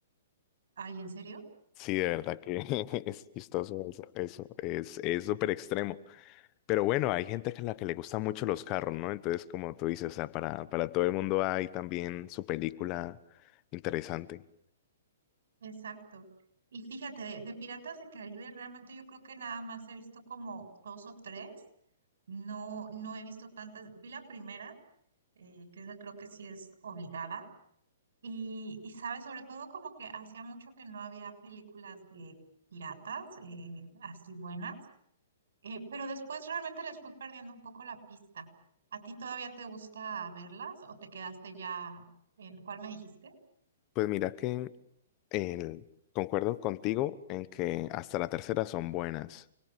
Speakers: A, on the right; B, on the left.
A: Ay, ¿en serio?
B: Sí, de verdad que <laughs> es chistoso eso, eso es, es súper extremo. Pero bueno, hay gente a la que le gustan mucho los carros, ¿no? Entonces, como tú dices, o sea, para, para todo el mundo hay también su película interesante.
A: Exacto. Y fíjate, de, de Piratas de Caribe realmente yo creo que nada más he visto como dos o tres. No, no he visto tantas. Vi la primera, eh, que esa creo que sí es obligada Y, y sabes, sobre todo como que hacía mucho que no había películas de piratas eh, así buenas, Eh, pero después realmente les fui perdiendo un poco la pista. ¿A ti todavía te gusta verlas o te quedaste ya en cuál me dijiste?
B: Pues mira que el, concuerdo contigo en que hasta la tercera son buenas.